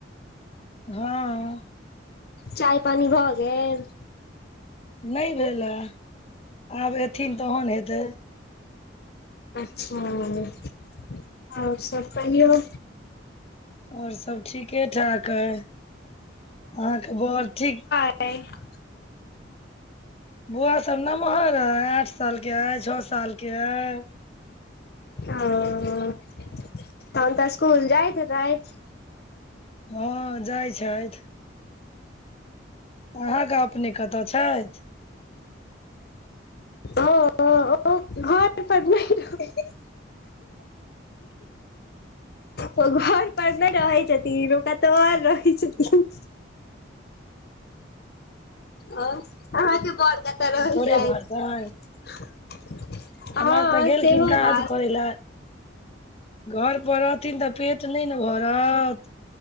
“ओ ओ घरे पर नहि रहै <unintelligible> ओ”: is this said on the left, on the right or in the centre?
Left